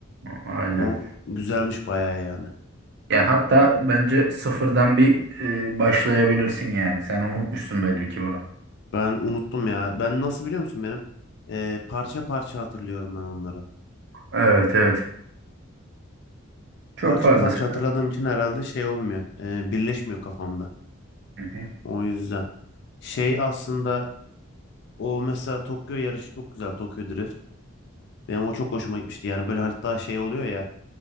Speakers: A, on the right; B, on the left.
A: Aynen.
B: O güzelmiş bayağı yani.
A: Yani hatta bence sıfırdan bir e, başlayabilirsin yani. Sen unutmuşsun belli ki bunu.
B: Ben unuttum ya. Ben nasıl biliyor musun benim? Ee, parça parça hatırlıyorum ben onları.
A: Evet evet. Çok
B: Parça
A: fazla
B: parça
A: sever.
B: hatırladığım için herhalde şey olmuyor. Ee, birleşmiyor kafamda.
A: Hı hı.
B: O yüzden. Şey aslında o mesela Tokyo yarışı çok güzel. Tokyo Drift. Benim o çok hoşuma gitmişti. Yani böyle hatta şey oluyor ya.